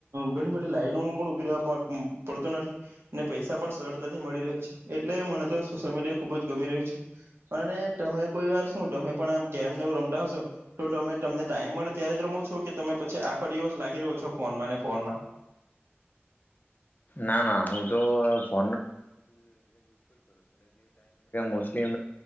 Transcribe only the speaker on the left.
ના ના હું તો. <unintelligible> <unintelligible> મોસંટલી